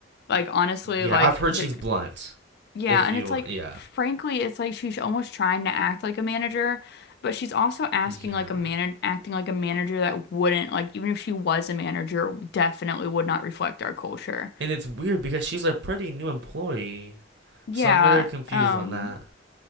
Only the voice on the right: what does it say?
Yeah,
I've heard
she's blunt.
If you
want,
yeah.
Yeah.
And it's weird because she's a pretty new employee.
So I'm very confused
on that.